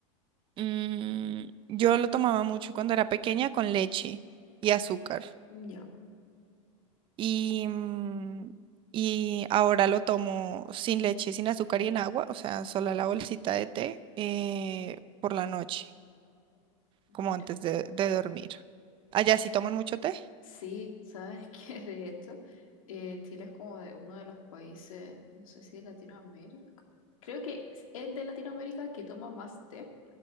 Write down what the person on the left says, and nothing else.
mm, ya,
mira.
Sí, sabes <laughs> que de hecho, eh, Chile es como de uno de los países, no sé si de Latinoamérica. Creo que es el de Latinoamérica que toma más té.